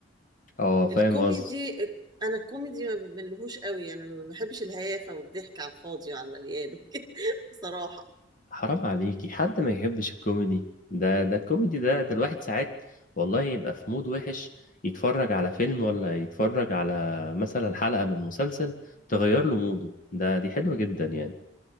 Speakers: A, on the left; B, on the right.
A: اه فاهم
B: الكوميدي
A: قصدي
B: انا الكوميدي ما بملهوش قوي انا ما بحبش الهيافه والضحك على الفاضي وعلى المليان <laughs> بصراحه
A: حرام عليكي حد ما يحبش الكوميدي ده ده الكوميدي ده ده الواحد ساعات والله يبقى في مود وحش يتفرج على فيلم ولا يتفرج على مثلا حلقة من مسلسل تغير له موده ده دي حلوة جدا يعني